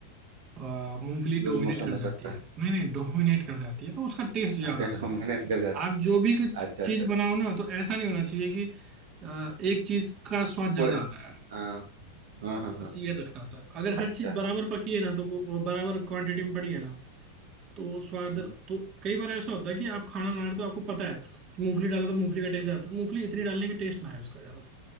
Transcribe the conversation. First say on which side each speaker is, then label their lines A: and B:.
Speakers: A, on the right; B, on the right.
A: आ, मूंगफली
B: लूज
A: डोमिनेट
B: मोशन
A: कर
B: हो
A: जाती
B: सकता
A: है
B: है
A: नहीं नहीं डोमिनेट कर जाती है तो उसका टेस्ट ज्यादा
B: <laughs> अच्छा
A: आता
B: डोमिनेट
A: है
B: कर जाता
A: आप जो भी कुछ
B: अच्छा अच्छा
A: चीज
B: अच्छा
A: बनाओ ना तो ऐसा नहीं होना चाहिए कि आ, एक चीज का स्वाद ज्यादा
B: कोई
A: आ रहा है
B: हाँ हाँ हाँ हाँ
A: बस ये रखना होता है अगर
B: अच्छा
A: हर चीज बराबर पकी है ना तो को- और बराबर क्वांटिटी में पड़ी है ना तो स्वाद
B: हम्म,
A: तो कई बार ऐसा होता है कि आप खाना बना रहे हो तो आपको पता है कि मूंगफली डाला तो मूंगफली का टेस्ट जाता है तो मूंगफली इतनी डालने का टेस्ट ना है उसका ज्यादा